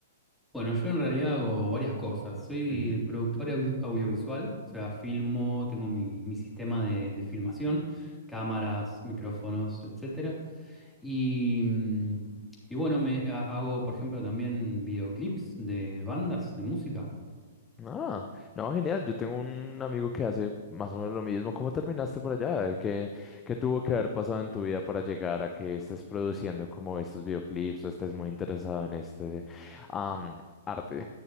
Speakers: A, in the centre; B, on the left (about 20°).
A: Bueno, yo en realidad hago varias cosas. Soy
B: Ujú.
A: productor audio- audiovisual, o sea, filmo, tengo mi, mi sistema de, de filmación, cámaras, micrófonos, etcétera. Y, mm, y bueno, me ha- hago, por ejemplo, también videoclips de bandas, de música.
B: Ah, no, genial. Yo tengo un amigo que hace más o menos lo mismo. ¿Cómo terminaste por allá? ¿Qué, qué tuvo que haber pasado en tu vida para llegar a que estés produciendo como estos videoclips o estés muy interesado en este am, arte,